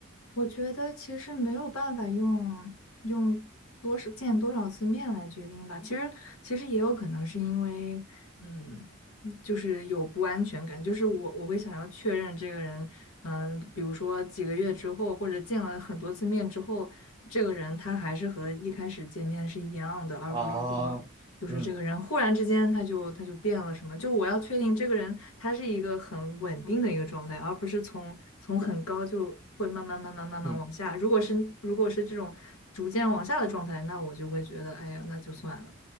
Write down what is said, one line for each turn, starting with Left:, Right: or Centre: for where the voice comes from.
Left: 我觉得其实没有办法用用多少见多少次面来决定吧。其实其实也有可能是因为，嗯，就是有不安全感，就是我我会想要确认这个人，嗯、比如说几个月之后，或者见了很多次面之后，这个人他还是和一开始见面是一样的，而不是说
Right: 啊，
Left: 就是这个人忽然之间他就他就变了什么？
Right: 嗯
Left: 就我要确定这个人他是一个很稳定的一个状态，而不是从从很高就会慢慢慢慢慢慢往下。
Right: 嗯
Left: 如果是如果是这种逐渐往下的状态，那我就会觉得，哎呀，那就算了。